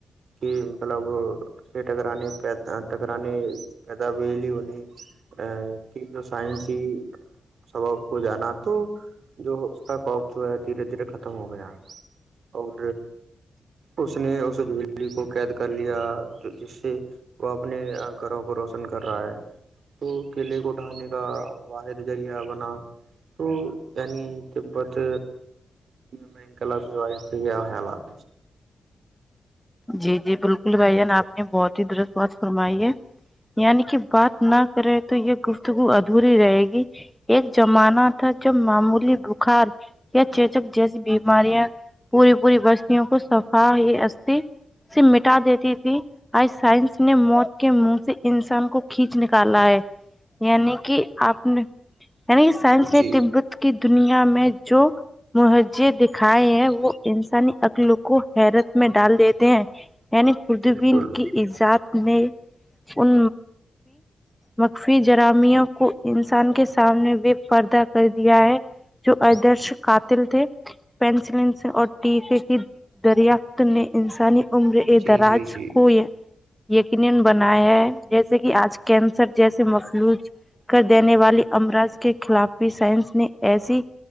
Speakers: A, on the right; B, in the centre.
A: کی مطلب ٹکرانے ٹکرانے پیدا بجلی ہونی ا کہ جو سائنسی ہی سبق کو جانا تو جو اس کا کپ جو ہے دھیرے دھیرے ختم ہو گیا اور اس نے اس بلی کو قید کر لیا جو جس سے وہ اپنے گھروں کو روشن کر رہا ہے تو کیلے کو ڈٹھانے کا واحد ذریعہ بنا توع تبت د م کل پ و گیا خلات
B: جی جی بالکل بھائی جان آپ نے بہت ہی درست بات فرمائی ہے یعنی کہ بات نہ کرے تو یہ گفتگو اد دوری رہے گی ایک زمانہ تھا جب معمولی بخار یا چیچک جیسی بیماریاں پوری پوری بستوں کو سفا ت س مٹا دیتی تھی آج سائنس نے موت کے منہ سے انسان کو کھینچ نکالا ہے یعنی کہ آپ نے یعنی کہ سائنس
A: جی
B: نے تبت کی دنیا میں جو مہجے دکھائے ہیں وہ انسانی عقل کو حیرت میں ڈال دیتے ہیں یعنی خوردبین
A: بالکل
B: کی ایجاد میں ان مخفی جراموں کو انسان کے سامنے بھی پردہ کر دیا ہے جو آدرش قاتل تھے پینسلن سے اور ٹیکے کی دریا نے انسانی عمر
A: جی
B: درج
A: جی جی
B: کوئی یقینا بنایا ہے جیسے کہ آج کینسر جیسے مفلوج کر دینے والی امراض کے خلاف بھی سائنس نے ایسی